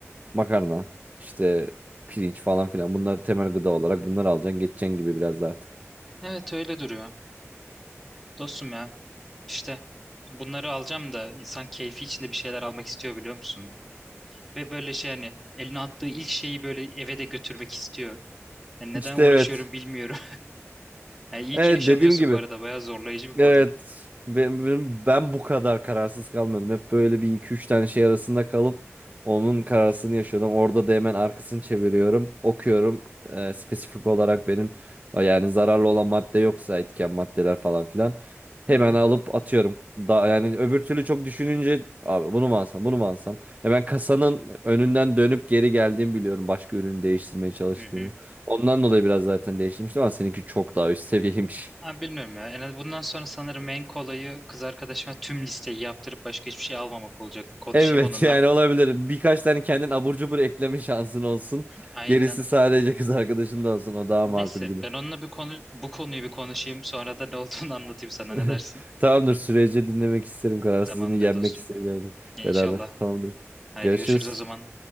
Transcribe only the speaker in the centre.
Evet öyle duruyor. Dostum ya işte bunları alacağım da insan keyfi içinde bir şeyler almak istiyor biliyor musun? Ve böyle şey hani eline attığı ilk şeyi böyle eve de götürmek istiyor. Yani neden
uğraşıyorum bilmiyorum. Yani iyi
ki yaşamıyorsun
bu arada. Bayağı zorlayıcı bir konu.
Hı hı.
Hı hı.
Abi bilmiyorum ya. En az bundan sonra sanırım en kolayı kız arkadaşıma tüm listeyi yaptırıp başka hiçbir şey almamak olacak. Bir konuşayım
onunla.
Aynen.
Neyse
ben onunla bir konu bu konuyu bir konuşayım. Sonra da ne olduğunu <laughs> anlatayım sana.
Ne dersin?
Tamamdır
dostum.
İnşallah.
Haydi
görüşürüz o zaman.